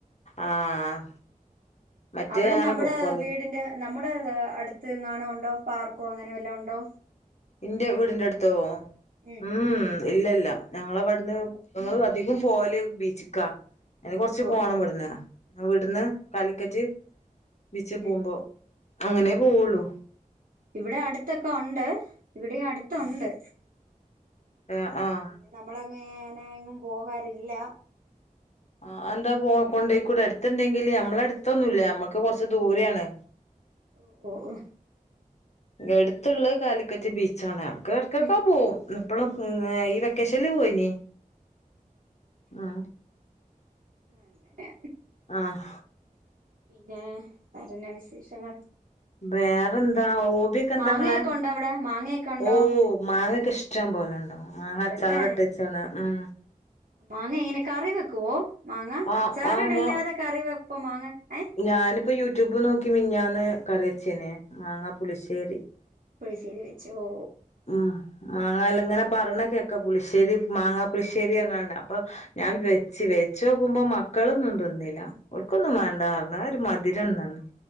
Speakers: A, on the left; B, on the right.
A: ആഹ് മറ്റേ
B: അവിടെ
A: അങ്ങനെ
B: നമ്മുടെ
A: കൊറ
B: വീടിന്റെ നമ്മുടെ അടുത്ത് എങ്ങാണോ ഉണ്ടോ പാർക്കോ അങ്ങനെ വല്ല ഉണ്ടോ
A: ഇന്റെ വീടിന്റെ അടുത്തോ
B: ഉം
A: ഊം ഊം ഇല്ലല്ല ഞങ്ങളവിടുന്ന് ഞങ്ങള് അധികം പോകല് ബീച്ച്ക്കാ അയ്ന് കൊറച്ച്
B: ഓ
A: പോണം ഇവിടുന്ന് അവിട്ന്ന്
B: ഓ
A: കാലിക്കറ്റ് ബീച്ചിൽ
B: ഉം
A: പോവുമ്പോ അങ്ങനെ പോവുള്ളു
B: ഇവിടെ അടുത്തൊക്കെ ഒണ്ട് ഇവിടെയും അടുത്തുണ്ട്
A: ഏഹ് ആഹ്
B: പിന്നെ നമ്മള് മെയിൻ എങ്ങും പോകാറില്ല
A: ആഹ് എന്താ പോ കൊണ്ടയിക്കൂടെ അടുത്തുണ്ടെങ്കില് നമ്മളെ അടുത്തൊന്നുല്ല നമ്മക്ക് കൊറച്ച് ദൂരെയാണ്
B: ഓഹ് ഓഹ്
A: എടുത്തുള്ളത് കാലിക്കറ്റ് ബീച്ചാണ് അവ്ട്ക്ക്‌ എടക്കടക്കൊക്കെ
B: ഉം
A: പോവും എപ്പളും ഒക്കെ ഇങ്ങനെ ഈ വെക്കേഷൻല് പോയിനീം ആഹ്
B: അങ്ങനെ
A: ആഹ്
B: പിന്നെ വേറെന്നാ വിശേഷങ്ങൾ
A: വേറെന്താ ഹോബിയൊക്കെ എന്താങ്ങളെ
B: മാങ്ങയൊക്കെ ഉണ്ടോ അവിടെ മാങ്ങയൊക്കെ ഉണ്ടോ
A: ഓഹ് മാങ്ങൊക്കെ ഇഷ് ഇഷ്ടം പോലെണ്ടാവും മാങ്ങ
B: ഉണ്ടല്ലേ
A: അച്ചാറിട്ടച്ച്ണ് ഉം
B: മാങ്ങ എങ്ങനെ കറി വെക്കുവോ മാങ്ങ
A: ആഹ്
B: അച്ചാറ്
A: ആഹ്
B: ഇടലില്ലാതെ
A: ഞാ
B: കറി വെപ്പ് മാങ്ങ ഏഹ്
A: ഞാനിപ്പോ യൂട്യൂബ് നോക്കി മിനിഞ്ഞാന്ന് കറി വെച്ചീനിം മാങ്ങാ പുളിശേരി
B: പുളിശ്ശേരി വെച്ച് ഓ
A: ഉം മാങ്ങല്ല ഇങ്ങനെ പറയണ കേക്ക പുളിശ്ശേരി മാങ്ങാ പുളിശ്ശേരിന്ന് പറഞ്ഞിക്കാണ്ട് അപ്പൊ ഞാൻ വെച്ച് വെച്ചോക്കുമ്പോ മക്കളൊന്നും തിന്നില്ല ഓൽക്കൊന്നും വേണ്ടാന്ന് പറഞ്ഞ് ഒന്നാമത് ഒരു മധുരള്ളതാണ്